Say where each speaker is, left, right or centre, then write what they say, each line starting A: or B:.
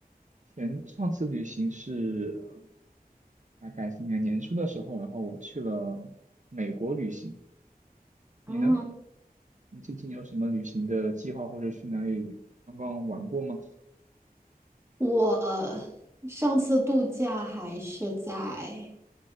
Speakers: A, on the right; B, on the right.
A: 前上次旅行是呃大概今年年初的时候，然后我去了美国旅行。你呢？
B: 哦，
A: 你最近有什么旅行的计划，或者去哪里刚刚玩过吗？
B: 我上次度假还是在